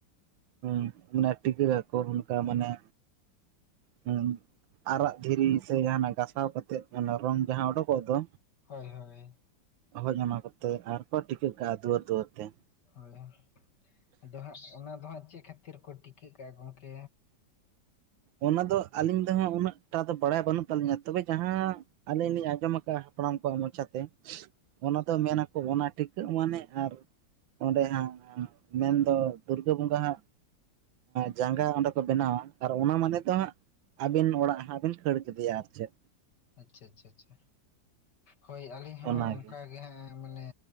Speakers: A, on the right; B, on the left.
A: ᱦᱩᱸ ᱢᱟᱱᱮ ᱴᱤᱠᱟᱹᱠ ᱟᱠᱚ ᱚᱱᱠᱟ ᱢᱟᱱᱮ ᱦᱩᱸ ᱟᱨᱟᱜ ᱫᱷᱤᱨᱤ ᱥᱮ ᱡᱟᱦᱱᱟᱜ ᱜᱟᱥᱟᱣ ᱠᱟᱛᱮᱜ ᱨᱚᱝ ᱡᱟᱦᱟᱸ ᱳᱰᱳᱠᱚᱜ ᱫᱚ
B: ᱦᱳᱭ ᱦᱳᱭ
A: ᱦᱳᱭ ᱚᱱᱟ ᱠᱚᱛᱮ ᱟᱨ ᱠᱚ ᱴᱤᱠᱟᱹᱜ ᱠᱟᱜᱼᱟ ᱫᱩᱣᱟᱹᱨ ᱫᱩᱣᱟᱹᱨ ᱛᱮ
B: ᱛᱟᱦᱚᱞᱮ ᱟᱫᱚ ᱦᱟᱸᱜ ᱚᱱᱟ ᱫᱚ ᱦᱟᱸᱜ ᱪᱮᱫ ᱠᱷᱟᱹᱛᱤᱨ ᱠᱚ ᱴᱤᱠᱟᱹᱜ ᱠᱟᱜᱼᱟ ᱜᱚᱝᱠᱮ
A: ᱚᱱᱟ ᱫᱚ ᱟᱹᱞᱤᱧ ᱫᱚ ᱦᱟᱸᱜ ᱩᱱᱟᱹᱜ ᱴᱟ ᱫᱚ ᱵᱟᱲᱟᱭ ᱵᱟᱹᱱᱩᱜ ᱛᱟᱹᱞᱤᱧᱟ ᱛᱚᱵᱮ ᱡᱟᱦᱟᱸ ᱟᱹᱞᱤᱧ ᱞᱤᱧ ᱟᱸᱡᱚᱢ ᱠᱟᱜᱼᱟ ᱦᱟᱯᱲᱟᱢ ᱠᱚᱣᱟᱜ ᱢᱚᱪᱟ ᱛᱮ ᱚᱱᱟ ᱫᱚ ᱢᱮᱱᱟᱠᱚ ᱚᱱᱟ ᱴᱤᱠᱟᱹᱜ ᱢᱟᱱᱮ ᱟᱨ ᱚᱸᱰᱮ ᱦᱟᱸᱜ ᱢᱮᱱᱫᱚ ᱫᱩᱨᱜᱟᱹ ᱵᱚᱸᱜᱟ ᱦᱟᱸᱜ ᱡᱟᱸᱜᱟ ᱚᱸᱰᱮ ᱠᱚ ᱵᱮᱱᱟᱣᱟ ᱚᱱᱟ ᱢᱟᱱᱮ ᱛᱚ ᱦᱟᱸᱜ ᱟᱹᱵᱤᱱ ᱚᱲᱟᱜ ᱦᱟᱸᱜ ᱵᱤᱱ ᱠᱷᱟᱹᱲ ᱠᱮᱫᱮᱭᱟ ᱟᱨ ᱪᱮᱫ
B: ᱟᱪᱪᱷᱟ ᱟᱪᱪᱷᱟ ᱟᱪᱪᱷᱟ ᱦᱳᱭ ᱟᱹᱞᱤᱧ ᱦᱚᱸ
A: ᱚᱱᱟᱜᱮ
B: ᱚᱱᱠᱟ ᱜᱮ ᱦᱮᱸ ᱢᱟᱱᱮ